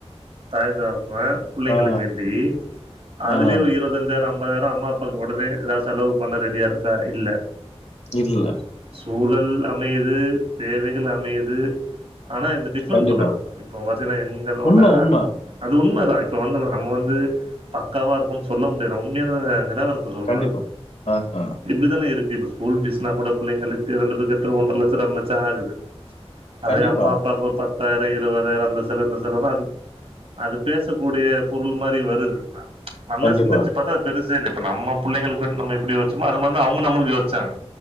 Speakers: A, on the right (about 65°); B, on the left (about 85°).
A: தாய் தாகப்பன் புள்ளைங்களுக்கு
B: ஆ,
A: வேண்டி அதுலேயே
B: ஆ.
A: ஒரு இருவ தஞ்சாயிரோ அம்பதாயிரோ அம்மா அப்பாக்கு ஒடனே எதா செலவு பண்ண ரெடியாருக்க இல்ல
B: இல்ல
A: சூழல் அமையிது தேவைகள் அமையிது ஆனா இந்த டி ஃபரண்ட்ஸோட
B: கண்டிப்பா.
A: இப்ப பாத்தீங்கனா எங்களோட
B: உண்ம, உண்ம.
A: அது உண்மதா இப்ப வந்து நம்ம வந்து பக்காவா இருக்கோணு சொல்ல முடியாது நா உண்மையான நிலவரத் த சொல்றே
B: கண்டிப்பா. ஆ, ஆ.
A: இப்டித்தான இருக்கு இப்ப ஸ்கூல் ஃபீஸ் னா கூட புள்ளைங்களுக்கு தெரண்டு போய் கட்ரோ ஒன்ற லட்சோ ரெண்டு லட்சோ ஆகுது அதே
B: கண்டிப்பா,
A: அம்மா அப்பாக்கு ஒரு பத் தாயிரோ இருவதாயிரோ அந்த செலவு இந்த செலவுனா அது அது பேசக்கூடிய பொருள் மாரி வருது நல்ல
B: கண்டிப்பா,
A: சிந்திச்சு பாத்தா அது பெருசே இல்ல இப்ப நம்ம புள்ளைங்களுக்கு வந்து நம்ம எப்டி யோச்சமோ அதுமாரி தா அவுங்க நம்ளுக்கு யோச்சாங்க